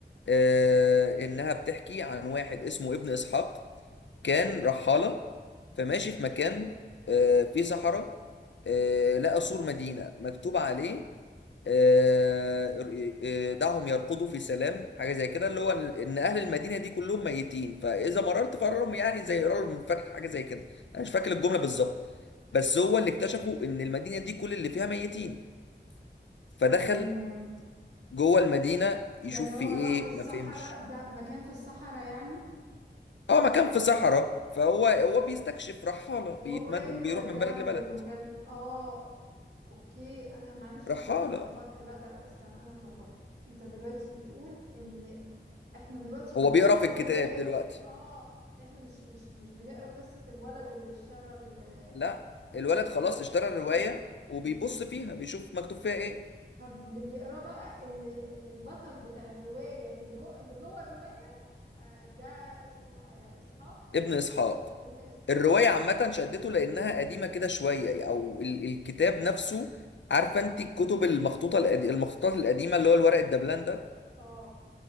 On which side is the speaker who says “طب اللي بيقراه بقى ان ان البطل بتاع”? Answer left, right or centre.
Right